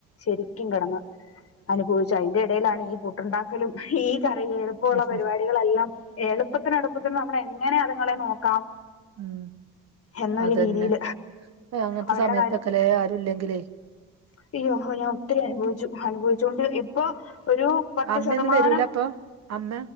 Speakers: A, on the left; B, on the right.
A: ശരിയ്ക്കും കെടന്ന്, ത് അനുഭവിച്ചു. അയിന്റെടേലാണ് ഈ പുട്ടുണ്ടാക്കലും, ഈ കറിയി എളുപ്പോള്ള പരുവാ
B: ഉം
A: ഞങ്ങളെല്ലാം എളുപ്പത്തിന് അടുപ്പത്തിന് നമ്മളെങ്ങനെ അതുങ്ങളെ നോക്കാം
B: ഉം.
A: എന്നൊരു
B: അതെന്നെ,
A: രീതിയിൽ
B: ഏ അങ്ങൻത്തെ
A: അവരുടെ
B: സമയത്തൊക്കെലേ
A: കാര്യത്തിൽ
B: ആരുല്ല്യങ്കില്ലേ
A: <unintelligible> ഞാൻ ഒത്തിരി അനുഭൊവിച്ചു. അനുഭവിച്ചോണ്ട്, ഇപ്പൊ ഒരു പത്ത്
B: അമ്മയൊന്നും
A: ശതമാനം
B: വരൂല അപ്പൊ അമ്മ